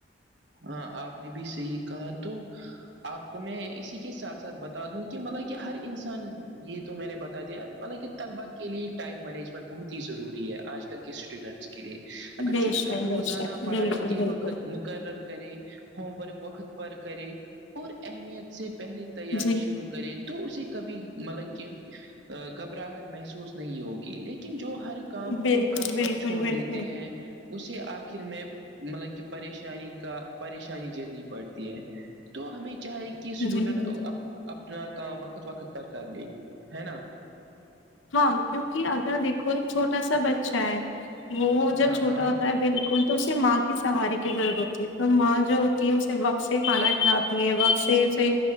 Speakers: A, on the right (about 65°); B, on the left (about 75°).
A: ہاں آپ نے بھی صحیح کہا تو آپ کو میں اسی کے ساتھ ساتھ بتا دوں کہ مطلب کہ ہر انسان یہ تو میں نے بتا دیا مللب طلبا کے لیے ٹائم مینجمنٹ بہت ہی ضروری ہے آج کل کے اسٹوڈنٹس کے لیے اگر
B: بے
A: اسٹوڈنٹ
B: شک
A: روزانہ
B: بے شک
A: پڑھائی
B: بالکل
A: کے
B: بالکل
A: وقت م قرر کرے ہوم ورک وقت پر کرے اور اہمیت سے پہلے تیاری
B: جی
A: شروع کرے تو اسے کبھی مطلب کہ گھبراہٹ محسوس نہیں ہوگی لیکن جو ہر کام
B: بالکل
A: کو کل
B: بالکل
A: پر چھوڑ
B: بالکل
A: دیتے ہیں اسے آخر میں مطلب کہ پریشانی کا پریشانی جھیلنی پڑتی ہے تو ہمیں چاہے کہ اسٹوڈنٹ
B: جی جی
A: اپنا کام وقت وقت پر کر لے ہے نا
B: ہاں کیونکہ اگر دیکھو ایک چھوٹا سا بچہ ہے وہ جب
A: ہاں
B: چھوٹا
A: ہاں
B: ہوتا ہے بالکل تو اسے ماں کے سہارے کی ضرورت تو ماں جو ہوتی ہے اسے وقت سے کھانا کھلاتی ہے وقت سے اسے